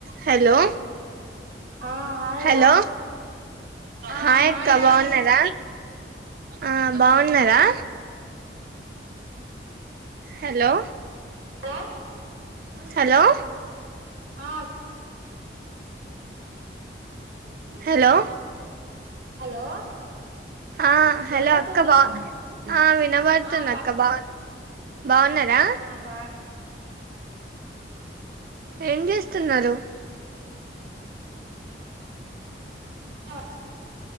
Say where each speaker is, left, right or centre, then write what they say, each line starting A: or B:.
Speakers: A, on the right; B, on the right.
A: Hello
B: ఆ hi
A: hello
B: రా ఆ
A: హాయ్ అక్క
B: రా
A: బాగున్నార. ఆ బాగున్నారా హెలో,
B: అలో
A: హలో
B: ఆహ్
A: హలో
B: హలో
A: ఆ హలో
B: వినబడుతుందా
A: అక్క బా ఆ వినబడుతుంది
B: ఆ బా
A: అక్క బాగు బాగున్నరా
B: ఆ బా
A: ఏం చేస్తున్నారు
B: అ